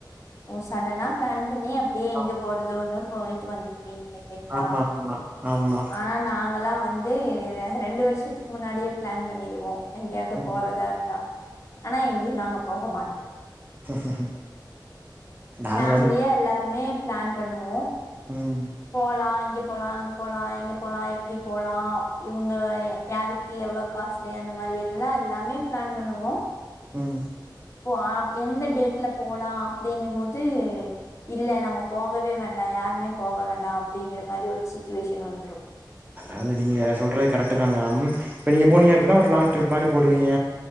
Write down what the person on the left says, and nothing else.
ஓ சடனா பிளான் பண்ணி அப்டியே எங்க
போறதோன்னு போயிட்டு வந்துருவீங் களா
ஆனா நாங்களா வந்து டு ரெண்டு வருஷத்துக்கு முன்னாடியே பிளான் பண்ணிருவோ எங்கேயாவது
போறதா இருந்தா ஆனா எங்கேயு நாங்க போக மாட்டோ
ஃபாமிலியா
எல்லாருமே பிளான் பண்ணுவோ
போலா இங்க போலா அங்க போலா எங்க போலா எப்டி போலா இவங்க யாருக் எவ்ளோ காசு அந்த மாரி எல்லா எல்லாமே பிளான் பண்ணுவோ
போ அ எந்த டேட்ல போலா அப்டிங்கபோது இல்ல நம்ம போகவே வேண்டா யாருமே போக வேண் டா அப்டிங்கிறமாரி ஒரு சுச்சுவேஷன் வந்துரு